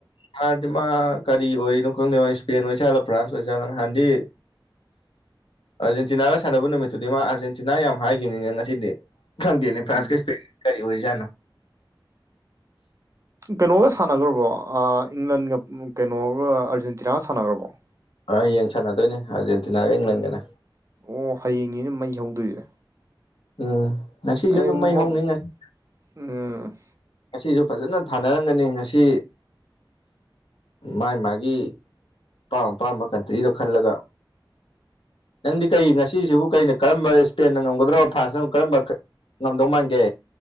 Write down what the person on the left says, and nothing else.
ꯍꯥꯏꯔꯗꯤ ꯃꯥ ꯀꯔꯤ ꯑꯣꯏꯔꯤꯅꯣ ꯈꯪꯗꯦꯕꯣ ꯏꯁꯄꯦꯟ ꯑꯣꯏꯖꯥꯠꯂꯣ ꯐ꯭ꯔꯥꯟꯁ ꯑꯣꯏꯖꯥꯠꯂꯣ ꯅꯍꯥꯟꯗꯤ ꯑꯥꯔꯖꯦꯟꯇꯤꯅꯥꯒ ꯁꯥꯟꯅꯕ ꯅꯨꯃꯤꯠꯇꯨꯗꯤ ꯃꯥ ꯑꯥꯔꯖꯦꯟꯇꯤꯅꯥ ꯌꯥꯝ ꯍꯥꯏꯈꯤꯕꯅꯤꯅꯦ ꯉꯁꯤꯗꯤ ꯈꯪꯗꯦꯅꯦ
ꯐ꯭ꯔꯥꯟꯁ ꯀ ꯁꯄꯦꯜ ꯀꯔꯤ ꯑꯣꯏꯔꯤꯖꯥꯅꯣ
ꯍꯌꯦꯡ ꯁꯥꯟꯅꯗꯣꯏꯅꯦ ꯑꯥꯔꯖꯦꯟꯇꯤꯅꯥꯒ ꯏꯪꯂꯦꯟꯒꯅ
ꯎꯝ ꯉꯁꯤꯁꯨ
ꯑꯗꯨꯝ ꯃꯩ
ꯍꯧꯅꯤ ꯉꯁꯤ
ꯉꯁꯤꯁꯨ ꯐꯖꯅ ꯊꯥꯅꯔꯝꯒꯅꯤ ꯉꯁꯤ ꯃꯥꯒꯤ ꯃꯥꯒꯤ ꯑꯄꯥꯝ ꯑꯄꯥꯝꯕ ꯀꯟꯇ꯭ꯔꯤꯗꯣ ꯈꯜꯂꯒ ꯅꯪꯗꯤ ꯀꯔꯤ ꯉꯁꯤꯁꯤꯕꯨ ꯀꯩꯅ ꯀꯔꯝꯕ ꯏꯁꯄꯦꯟꯗ ꯉꯝꯒꯗ꯭ꯔꯣ ꯐ꯭ꯔꯥꯟꯁꯅ ꯀꯔꯝꯕ ꯉꯝꯗꯧ ꯃꯥꯟꯒꯦ